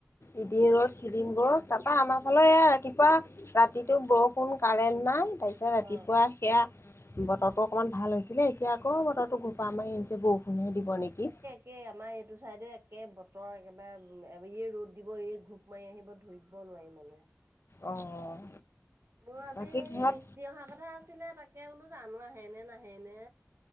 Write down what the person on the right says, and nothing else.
উম
অ।
একেই আমাৰ এইটো চাইডে একে বতৰ একেবাৰে ম এই ৰ'দ দিব এই ঘূপ মাৰি আহিব ধৰিব নোৱাৰি মানে।
মোৰ আজি
সেই
মিস্ত্ৰী অহাৰ কথা আছিলে, তাকে বোলো, জানো আহেই নে, নাহেই নে?